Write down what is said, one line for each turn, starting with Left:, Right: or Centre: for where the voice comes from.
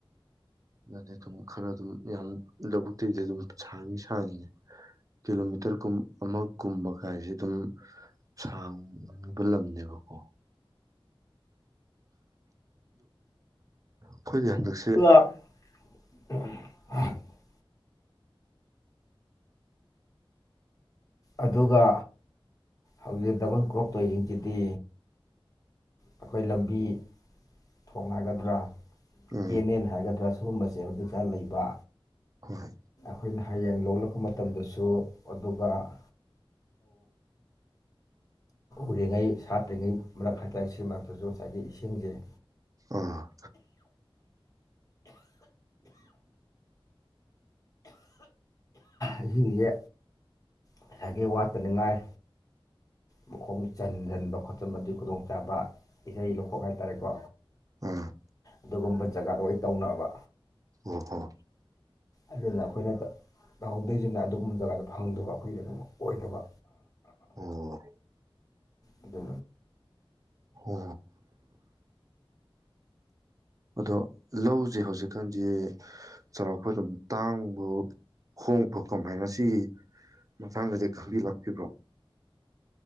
Right: ꯑꯗꯨꯗꯤ ꯑꯗꯨꯝ ꯈꯔ ꯑꯗꯨꯝ ꯌꯥꯝ ꯂꯧꯕꯨꯛꯇꯤꯗꯤ ꯑꯗꯨꯝ ꯁꯥꯡꯏ ꯁꯥꯡꯉꯤꯅꯦ ꯀꯤꯂꯣꯃꯤꯇꯔ ꯑꯃ ꯀꯨꯝꯕ ꯀꯥꯏꯁꯦ ꯑꯗꯨꯝ ꯁꯥꯡꯕ ꯂꯝꯅꯦꯕꯀꯣ ꯑ ꯑꯩꯈꯣꯏꯒꯤ ꯍꯟꯗꯛꯁꯦ
Left: <unintelligible> ꯑꯗꯨꯒ ꯍꯧꯖꯤꯛ ꯗꯕꯜ ꯀ꯭ꯔꯣꯞ ꯇꯣꯏꯁꯤꯡꯁꯤꯗꯤ ꯑꯩꯈꯣꯏ ꯂꯝꯕꯤ ꯊꯣꯡ ꯍꯥꯏꯒꯗ꯭ꯔꯥ
Right: ꯎꯝ
Left: ꯀꯦꯅꯦꯦꯟ ꯍꯥꯏꯒꯗ꯭ꯔꯥ ꯁꯤꯒꯨꯝꯕꯁꯦ ꯃꯇꯤ ꯆꯥ ꯂꯩꯕ
Right: ꯍꯣꯏ
Left: ꯑꯩꯈꯣꯏꯅ ꯍꯌꯦꯡ ꯂꯣꯛꯂꯛꯄ ꯃꯇꯝꯗꯁꯨ ꯑꯗꯨꯒ ꯑꯝ ꯎꯔꯤꯉꯩ ꯁꯥꯠꯇ꯭ꯔꯤꯉꯩ ꯃꯔꯛ ꯍꯥꯏꯇꯥꯔꯦ ꯁꯤ ꯃꯔꯛꯇ ꯉꯁꯥꯏꯒꯤ ꯏꯁꯤꯡꯁꯦ
Right: ꯑꯥ
Left: ꯑꯍꯤꯡꯁꯦ ꯉꯁꯥꯒꯤ ꯋꯥꯠꯄꯅꯤꯉꯥꯏ ꯃꯈꯣꯡ ꯆꯟꯁꯤꯟꯕ ꯈꯣꯠꯆꯟꯕꯗꯨ ꯈꯨꯗꯣꯡꯆꯥꯥꯕ ꯏꯁꯩ ꯂꯧꯈꯣꯛ ꯍꯥꯏꯇꯥꯔꯦꯀꯣ
Right: ꯑ
Left: ꯑꯗꯨꯒꯨꯝꯕ ꯖꯒꯥꯗꯣ ꯑꯣꯏ ꯇꯧꯅꯕ
Right: ꯎ ꯍ
Left: ꯑꯗꯨꯅ ꯑꯩꯈꯣꯏꯅ ꯇꯧꯍꯧꯗꯣꯏꯁꯤꯡꯅ ꯑꯗꯨꯒꯨꯝꯕ ꯖꯒꯥꯗ ꯐꯪꯗꯕ ꯑꯩꯈꯣꯏꯒꯤꯗ ꯑꯗꯨꯃꯛ ꯑꯣꯏꯗꯕ
Right: ꯑꯣ
Left: ꯑꯗꯨ
Right: ꯑꯣ ꯑꯗꯣ ꯂꯧꯁꯦ ꯍꯧꯖꯤꯛꯀꯥꯟꯁ ꯆꯥꯎꯔꯥꯛꯄ ꯑꯗꯨꯝ ꯇꯥꯡꯕ ꯍꯣꯡꯕ ꯀꯃꯥꯏꯅ ꯁꯤꯒꯤ ꯃꯇꯥꯡꯗꯗꯤ ꯈꯪꯕꯤ ꯂꯥꯛꯄꯤꯕ꯭ꯔꯣ